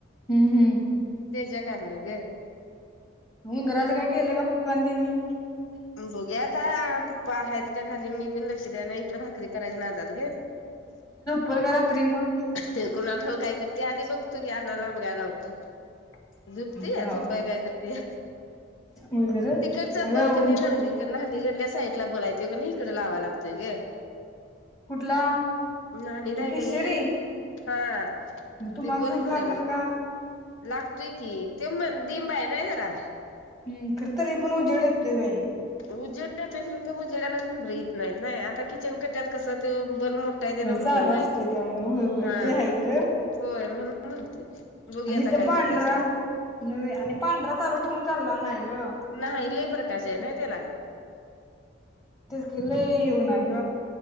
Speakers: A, on the left; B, on the left.
A: हम्म हम्म
B: तेच्या कारण ग,
A: उंदराच काय केलं पप्पांनी त्यांनी!
B: बघुया पप्पा आहेत का खाली मी बि लक्ष? शिऱ्याला इकडं भाकरी करायचे नादात ग,
A: बोल ग रात्री म,
B: ते कुणाठाव काय करते आधी बघतो की आण्णाला बघायला लावतो. झोपतीय
A: लावला
B: या झोपायं काय करतेय.
A: वगैरे
B: तिकडचा
A: अगं
B: बल क नाही न्हाणी कड, नान्हीच्या त्या साईडला बल हाय त्यो कनी इकडे लावा य लागतोय ग.
A: कुठला
B: न्हाणीत
A: तू
B: आहे
A: केशरी
B: कणी, हा त्यो
A: मग तुम्हाला
B: बल
A: झोप
B: इकडे
A: लागेल
B: लागतोय,
A: का
B: लागतोय की त्यो म डिंब आहे नाय जरा,
A: हम्म खर तरीपण उजेड येतोय बाई,
B: उजड येतोय खर उजड्याना इत नाहीत नाही आता किचन कट्यात कसं. त्यो बल मोठा तेन
A: होय चालू
B: हुंदर नाहीत
A: असतोय त्यामुळे होय
B: हा
A: होय ते आहे खरं
B: होय म्हणून, म्हणते बघुया
A: आणि
B: आता
A: इथं
B: काय
A: पांढरा
B: करतायसा ते!
A: नव्हे आणि पांढरा चालू ठेवून चालणार नाही ग.
B: नाही लय प्रकाश आहे नाय तेला,
A: तेच की हे होणार ग,